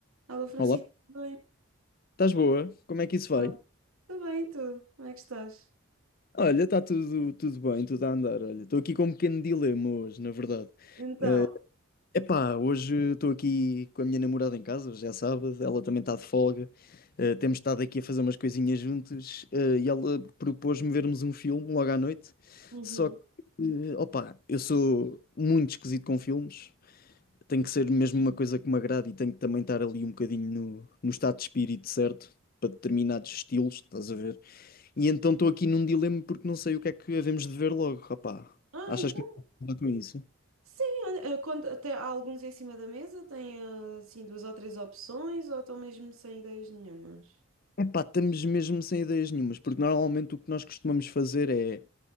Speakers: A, on the right; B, on the left.
A: Alô, Francisco,
B: Olá,
A: tudo bem?
B: estás boa? Como é que isso
A: Então,
B: vai?
A: tudo bem, e tu? Como é que estás?
B: Olha, está tudo, tudo bem, tudo a andar. Olha, estou aqui com um pequeno dilema hoje, na verdade.
A: Então,
B: Eh, epá, hoje estou aqui com a minha namorada em casa, hoje é sábado, ela também está de folga. Eh, temos estado aqui a fazer umas coisinhas juntos, eh, e ela propôs-me vermos um filme logo à noite.
A: Uhum.
B: Só que, eh, opá, eu sou muito esquisito com filmes. Tem que ser mesmo uma coisa que me agrade e tenho que também estar ali um bocadinho no, no estado de espírito certo para determinados estilos, estás a ver? E então estou aqui num dilema porque não sei o que é que havemos de ver logo, rapá.
A: Ah,
B: Achas
A: então,
B: que me posso ajudar com isso?
A: sim, olha, eh, quando, até há alguns em cima da mesa, tem eh, assim duas ou três opções, ou estão mesmo sem ideias nenhumas?
B: Epá, estamos mesmo sem ideias nenhumas, porque normalmente o que nós costumamos fazer é